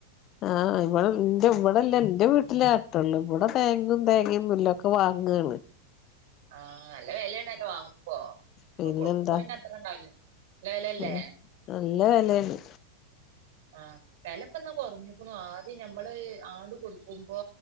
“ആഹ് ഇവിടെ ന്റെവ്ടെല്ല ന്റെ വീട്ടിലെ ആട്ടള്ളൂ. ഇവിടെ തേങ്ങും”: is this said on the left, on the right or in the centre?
Left